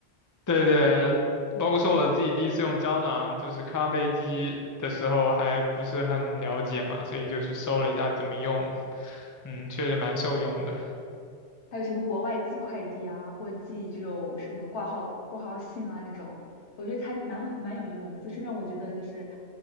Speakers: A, on the left; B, on the left.
A: 对对，
B: 对，
A: 包括说我自己第一次用胶囊，就是咖啡机的时候还不是很了解嘛，所以就去搜了一下怎么用，嗯，确实蛮受用的。
B: 还有什么国外寄快递啊，或寄这种什么挂号挂号信啊这种，我觉得它蛮好蛮有用的，就是让我觉得就是